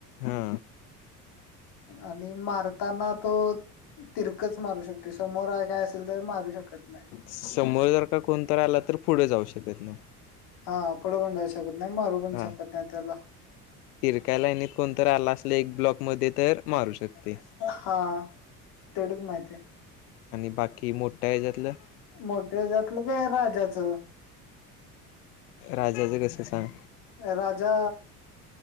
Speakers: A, on the left; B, on the left.
A: हा
B: आणि मारताना तो तिरकच मारू शकते समोर काय असेल तर मारू शकत नाही
A: समोर जर का कोणत आला तर पुढे जाऊ शकत ना
B: हा पुढू पण जाऊ शकत नाही मारू पण
A: हा
B: शकत नाही त्याला
A: तिरकाय लाईनीत कोणत आला असल एक ब्लॉक मध्ये तर मारू शकते
B: हा तेढच माहिती आहे
A: आणि बाकी मोठा हेातला
B: मोठे जातलं काय राजाचं
A: राज्याच कसं सां
B: राजा